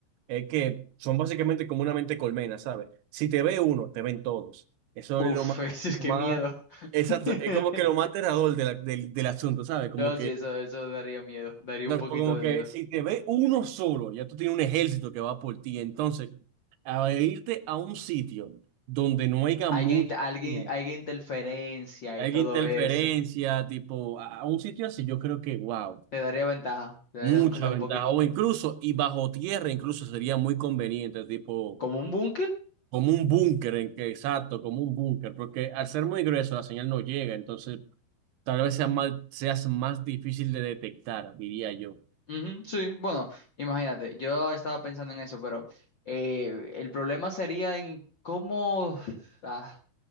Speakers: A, on the right (about 80°); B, on the left (about 55°).
A: es que son básicamente como una mente colmena, ¿sabes? Si te ve uno, te ven todos. Eso
B: Uf,
A: es lo más,
B: <laughs> es
A: lo
B: que
A: más
B: miedo.
A: Exacto,
B: <laughs>
A: es como que lo más aterrador de la- del, del asunto, ¿sabes? Como
B: No,
A: que,
B: sí, eso, eso daría miedo, daría
A: no,
B: un poquito
A: como
B: de
A: que
B: miedo.
A: si te ve uno solo, ya tú tienes un ejército que va por ti. Entonces, a irte a un sitio donde no haya
B: Alguien,
A: mucha
B: alguien,
A: señal,
B: alguien interferencia
A: haya
B: y todo
A: interferencia,
B: eso.
A: tipo, a, a un sitio así, yo creo que, wow,
B: Te daría ventaja. Te daría
A: mucha
B: aunque sea un
A: ventaja.
B: poquito.
A: O incluso, y bajo tierra, incluso sería muy conveniente, tipo.
B: ¿Como un búnker?
A: Como un búnker, en que- exacto, como un búnker, porque al ser muy grueso la señal no llega, entonces tal vez sea más, seas más difícil de detectar, diría yo.
B: Ujú, sí, bueno, imagínate. Yo estaba pensando en eso, pero eh, el problema sería en cómo. ah,